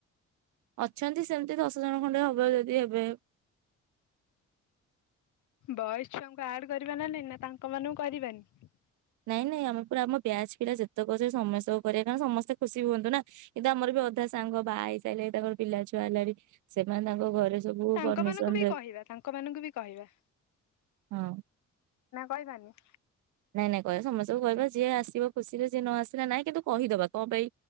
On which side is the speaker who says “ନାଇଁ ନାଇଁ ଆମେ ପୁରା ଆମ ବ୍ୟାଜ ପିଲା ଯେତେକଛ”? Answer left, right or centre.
Right